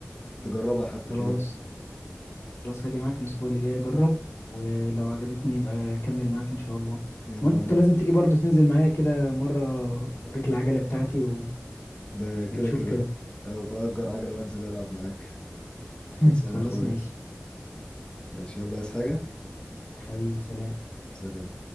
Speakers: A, on the left; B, on the left.
A: تجربها حتى
B: خلاص
A: كده
B: خلاص هاجي معاك الاسبوع اللي جاي اجرب ولو عجبتني يبقى اكمل معاك ان شاء الله
A: يلا
B: وانت
A: وانا
B: لازم
A: ك-
B: تيجي برضه تنزل معايا كده مره اوريك العجله بتاعتي و...
A: ده كده
B: وتشوف
A: كده
B: كده
A: أبقى اجر عجله وانزل العب معاك
B: <laughs>
A: خلصان
B: خلاص
A: يا اخويا
B: ماشي
A: ماشي يلا عايز حاجه
B: حبيبي سلام
A: سلام